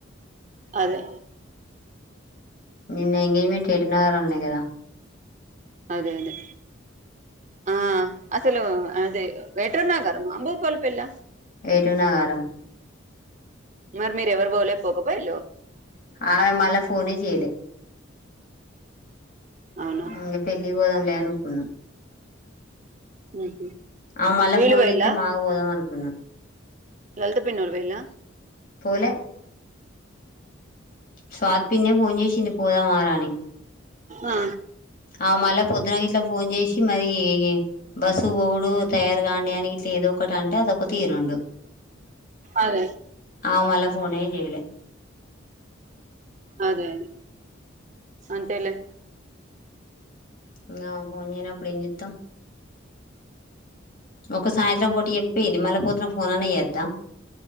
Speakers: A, on the right; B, on the left.
A: అదే
B: ఉ నిన్న ఎంగేజ్మెంట్ ఏటు నాగారం లోనే కదా
A: అదే అదే ఆ అసలు అది ఏటు నాగరమా భూపాలపల్లి ఆ
B: ఏటు నాగరం
A: మరి మీరు ఎవరు పోలే పోకపోయేల్లు
B: ఆమె మల్లా ఫోన్ ఏ చేయలే
A: అవునా
B: ఇంగా పెళ్లికి పోదాంలే అనుకున్న
A: ఉహు
B: ఆ మళ్ళా
A: వీళ్ళు
B: ఫోన్
A: పోయిల్లా
B: చేస్తే బాగా పోదాం అనుకున్నాం
A: లలిత పిన్ని వాళ్లు పోయిల్ల
B: పోలే స్వాతి పిన్ని ఫోన్ చేసింది పోదామా రా అని
A: ఆ
B: ఆ మళ్ళా పొద్దున గిట్లా ఫోన్ చేసి మరి బస్సుకి పోవుడు తయారు గాండి అన్ని ఇట్లా ఏదో ఒకటి అంటే అదొక తీరుండు
A: అదే
B: ఆ మళ్ళ ఫోనే చేయలే
A: అదే అదే అంతేలే
B: ఇంగ ఆమె ఫోన్ చేయనప్పుడు ఎం చేత్తం ఒక సాయంత్రం పూట‌ చెప్పేంది మళ్ళ పొదున ఫోన్ అనా చెయ్యొద్దా